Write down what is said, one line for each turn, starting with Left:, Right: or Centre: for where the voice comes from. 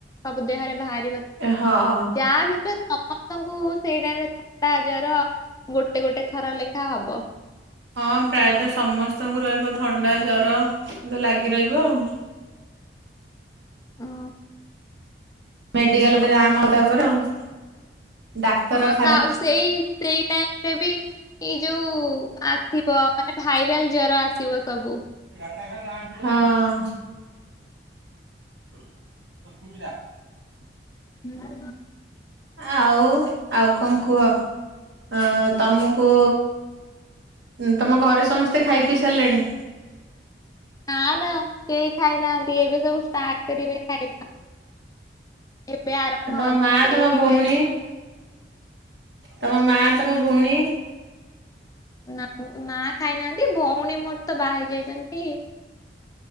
Left: ସବୁ ଦେହରେ ବାହାର ଯାହା
Right: ହଁ
Left: ଭିତରେ ସମସ୍ତଙ୍କୁ ସେଇ ଟାଇମ୍ ରେ ଥଣ୍ଡା ନିର ଗୋଟେ ଗୋଟେ ଥର ଲେଖା ହବ।
Right: ହଁ ପ୍ରାୟତଃ ସମସ୍ତଙ୍କୁ ରହିବ ଥଣ୍ଡା ଜରବେ ଲାଗି ରହିବ ଆଉ।
Left: ହୁଁ।
Right: ମେଡିକାଲକୁ ଯାମ୍ ଆଉ ତାପରେ ଆଉ। ଡାକ୍ତରଖାନା
Left: ହଁ ତାଉ ସେଇ ସେଇ ଟାଇମରେ ବି। ଏଇ ଯୋଉ ଆସିବ ମାନେ ଭାଇରାଲ ଜର ଆସିବ ସବୁ।
Right: ହଁ। <unintelligible>
Left: ହୁଁ ହୁଁ।
Right: ଆଉ ଆଉ କଣ କୁହ ଆ ତମକୁ ଉଁ ତମ ଘରେ ସମସ୍ତେ ଖାଇ ପିଇ ସାରିଲେଣି?
Left: ନା ନା କେହି ଖାଇନାହାନ୍ତି। ଏବେ ସବୁ ଷ୍ଟାଟ କରିବେ ଖାଇବା। ଏବେ ଆରମ୍ଭ
Right: ଆଉ ତମ
Left: ହବ
Right: ମା
Left: କେହି
Right: ତମ
Left: ବି
Right: ଭଉଣୀ
Left: ଖାଇ
Right: ତମ ମାଁ ତମ ଭଉଣୀ
Left: ନାଁ ମା ଖାଇନାହାନ୍ତି। ଭଉଣୀ ମୋର ତ ବାହା ଯାଇଚନ୍ତି।